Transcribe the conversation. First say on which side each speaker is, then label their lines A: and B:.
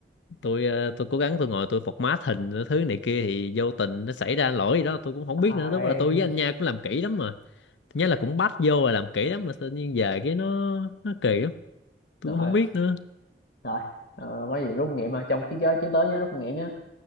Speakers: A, on the left; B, on the left.
A: tôi ờ, tôi cố gắng tôi ngồi tôi format hình cái thứ này kia thì vô tình nó xảy ra lỗi gì đó tôi cũng không
B: ai
A: biết nữa lúc đó là tôi với anh Nha cũng làm kỹ lắm mà nhớ là cũng bắt vô và làm kỹ lắm mà tự nhiên về cái nó nó kỳ lắm tôi
B: rồi
A: cũng không biết nữa
B: rồi ờ, có gì rút kinh nghiệm mà trong chiến giới chiến tới nhớ rút kinh nghiệm nhá